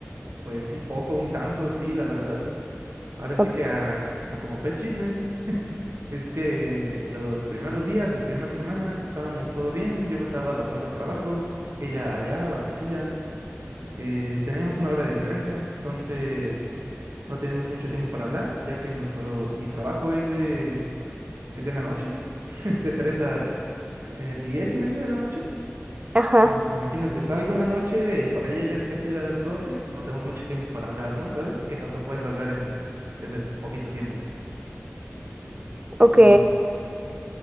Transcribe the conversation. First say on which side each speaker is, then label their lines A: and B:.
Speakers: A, on the right; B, on the right.
A: pues un poco, un tanto, sí, la verdad. Ahora sí
B: Ok.
A: que a, a como fue el chisme. Es que los primeros días, las primeras semanas, estábamos todo bien, yo me estaba adaptando al trabajo, ella allá, a Barranquilla, eh, teníamos una hora de diferencia, entonces no teníamos mucho tiempo para hablar, ya que nuestro, mi trabajo es de, es de la noche, <laughs> es de 3 a eh, 10 y media de la noche,
B: Ajá.
A: entonces imagínate, salgo en la noche, eh, para ella ya es casi las 12. no tenemos mucho tiempo para hablar, ¿no? ¿Sabes? ¿Qué tanto puedes hablar en ese poquito tiempo?
B: Ok.
A: Y